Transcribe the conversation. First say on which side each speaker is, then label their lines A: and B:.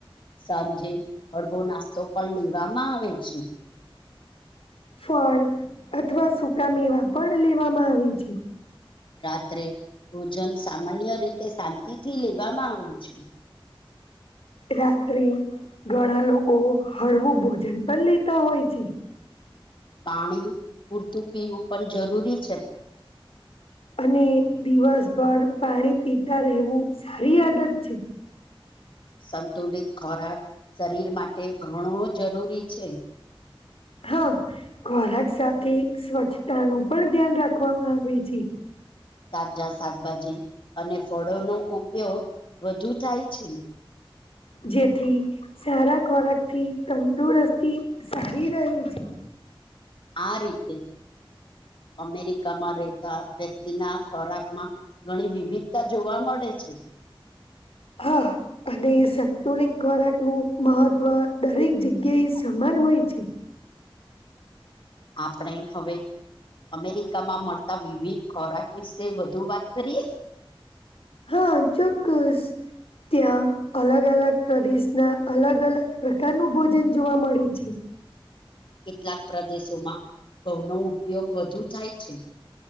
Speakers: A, on the left (about 60°); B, on the left (about 90°).
A: સાંજે, હળવો નાસ્તો પણ લેવામાં આવે છે.
B: ફળ અથવા સૂકામેવા પણ લેવામાં આવે છે.
A: રાત્રે ભોજન સામાન્ય રીતે શાંતિથી લેવામાં આવે છે.
B: રાત્રે ઘણા લોકો હળવું ભોજન પણ લેતા હોય છે.
A: પાણી પૂરતું પીવું પણ જરૂરી છે.
B: અને દિવસભર પાણી પીતા રહેવું સારી આદત છે.
A: સંતુલિત ખોરાક શરીર માટે ઘણો જરૂરી છે.
B: હા, ખોરાક સાથે સ્વચ્છતાનું પણ ધ્યાન રાખવામાં આવે છે.
A: તાજા શાકભાજી અને ફળોનો ઉપયોગ વધુ થાય છે.
B: જેથી સારા ખોરાકથી તંદુરસ્તી સારી રહે છે.
A: <inaudible> આ રીતે અમેરિકામાં રહેતા વ્યક્તિના ખોરાકમાં ઘણી વિવિધતા જોવા મળે છે. <inaudible>
B: અહ અને સંતુલિત ખોરાકનું મહત્વ દરેક જગ્યા એ સમાન હોય છે. <inaudible>
A: આપણે હવે અમેરિકામાં મળતા વિવિધ ખોરાક વિશે વધુ વાત કરીએ?
B: હા, ચોક્કસ. ત્યાં અલગ-અલગ પ્રદેશના અલગ-અલગ પ્રકારનું ભોજન જોવા મળે છે.
A: કેટલાક પ્રદેશોમાં ઘઉંનો ઉપયોગ વધુ થાય છે.